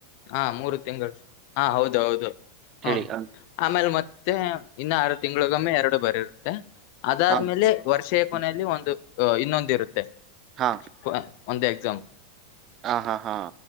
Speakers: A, on the left; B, on the right.
A: ಹಾ ಮೂರು ತಿಂಗಳು ಹಾ ಹೌದ ಹೌದು ಹ್ಮ
B: ಹೇಳಿ ಹಾ
A: ಆಮೇಲೆ ಮತ್ತೆ ಇನ್ನೂ ಆರ ತಿಂಗಳಿಗೊಮ್ಮೆ ಎರಡು ಬರಿರುತ್ತೆ ಅದಾದ್ಮೇಲೆ
B: ಹಾ
A: ವರ್ಷೆಯ ಕೊನೆಯಲ್ಲಿ
B: ಹ್ಮ್.
A: ಒಂದು. ಅ ಇನ್ನೊಂದ ಇರುತ್ತೆ
B: ಹಾ
A: ಪ ಒಂದೆ ಎಕ್ಸಾಮ್
B: ಹಾ ಹಾ ಹಾ